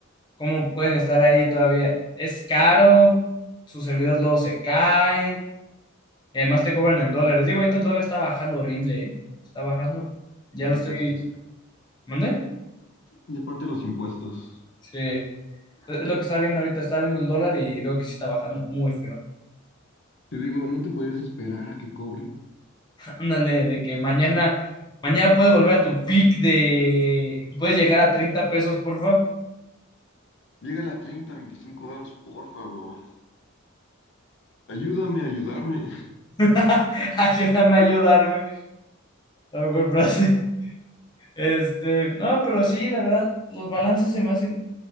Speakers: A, on the left (about 20°); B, on the left (about 60°).
A: cómo pueden estar ahí todavía. Es caro, sus servidores luego se caen, y además te cobran en dólares. Digo, ahorita el dólar está bajando horrible, ¿eh? Está bajando, ya
B: Impuestos.
A: lo estoy, ¿mandé?
B: Y aparte los impuestos.
A: Sí. Es lo que estaba viendo ahorita, estaba viendo el dólar y veo que sí está bajando muy feo.
B: Te digo, no te podías esperar a que cobre.
A: <laughs> Ándale, de que mañana, mañana puedes volver a tu peak de, puedes llegar a treinta pesos, porfa.
B: Llega a treinta veinticinco euros, porfa, bro. Ayúdame a ayudarme.
A: <laughs> Ayúdame a ayudarme. A lo mejor frase. Este, no, pero sí, la verdad, los balances se me hacen